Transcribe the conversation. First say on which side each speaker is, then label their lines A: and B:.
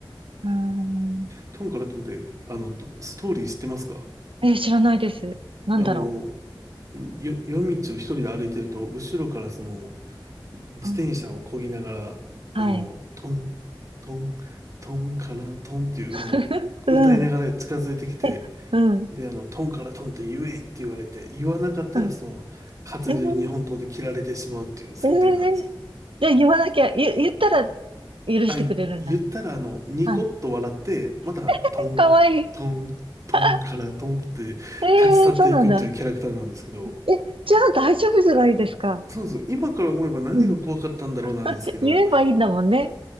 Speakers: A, on the right (about 85°); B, on the right (about 40°).
A: うーん、
B: トンからトンって、あの、どストーリー知ってますか
A: え、知らないです。なんだろ
B: あの、んよ、夜道を一人で歩いてると、後ろからその、自転車を漕ぎながら、
A: う。うん、はい。
B: あの、トン、トン、トンからトンっていうのを歌いながら近づいてきて、
A: <laughs> うん。え、うん。
B: で、あの、トンからトンって言えって言われて、言わなかったらその、
A: うん。
B: 担いでる日本刀で切られてしまうっていう設定なんですよ。
A: えー、えー、じゃあ言わなきゃ、言、言ったら許してくれるんだ。
B: あ、い言ったら、あの、ニコッと笑って、
A: はい。
B: また、
A: <laughs>
B: トン、
A: かわいい。
B: トン、トンからトンって
A: <laughs> ええー、
B: 立ち去っていくっていうキャラクターなんですけど、
A: そうなんだ。え、じゃあ大丈夫じゃないですか。
B: そうです。今から思えば何が怖かったんだろうなんですけど、
A: うん。<laughs> 言えばいいんだもんね。